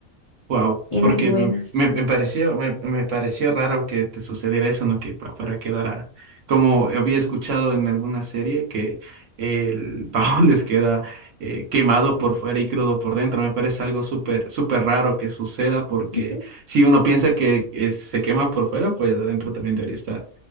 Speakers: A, on the right; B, on the left.
A: Wow,
B: y en
A: porque
B: las novenas.
A: me, me- me pareció, me, me pareció raro que te sucediera eso, ¿no? Que pa- para quedara, como había escuchado en alguna serie, que el pavo <laughs> les queda eh, quemado por fuera y crudo por dentro. Me parece algo súper, súper raro que suceda, porque
B: Ujú.
A: si uno piensa que eh, se quema por fuera, pues adentro también debería estar